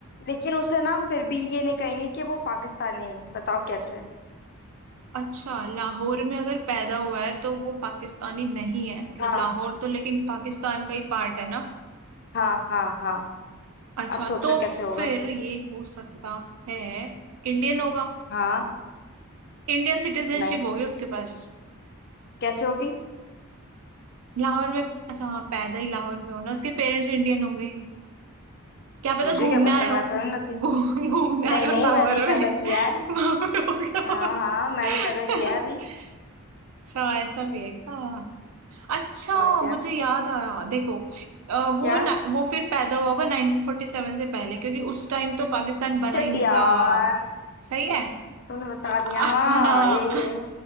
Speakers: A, on the left; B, on the right.
A: लेकिन उसे ना हम फिर भी ये नहीं कहेंगे कि वो पाकिस्तानी है बताओ कैसे
B: अच्छा लाहौर में अगर पैदा हुआ है तो वो पाकिस्तानी नहीं है मतलब
A: हाँ
B: लाहौर तो लेकिन पाकिस्तान का ही पार्ट है ना
A: हाँ हाँ हाँ
B: अच्छा
A: अब सोचो
B: तो
A: कैसे होगा
B: फिर ये हो सकता है इंडियन होगा
A: हाँ
B: इंडियन सिटीजनशिप
A: नहीं
B: होगी उसके पास
A: कैसे होगी
B: लाहौर में अच्छा हाँ पैदा ही लाहौर में हो ना उसके पेरेंट्स इंडियन होंगे क्या पता
A: मुझे
B: घूमने
A: क्या पता
B: आए हो
A: मैं थोड़ी ना थी
B: घू- घूमने
A: नहीं
B: आए हो
A: नहीं
B: लाहौर
A: मैंने ही
B: में
A: पैदा किया है
B: वहां पे हो गया
A: हाँ
B: हो।
A: हाँ मैंने
B: <laughs>
A: पैदा किया है अभी
B: अच्छा ऐसा भी है हाँ अच्छा
A: और क्या
B: मुझे याद आया देखो अ, वो
A: क्या
B: ना, वो फिर पैदा हुआ होगा 1947 से पहले क्योंकि उस टाइम तो पाकिस्तान बना
A: शिट
B: ही नहीं
A: यार
B: था सही है <laughs>
A: तुमने बता
B: हाँ
A: दिया हाँ यही है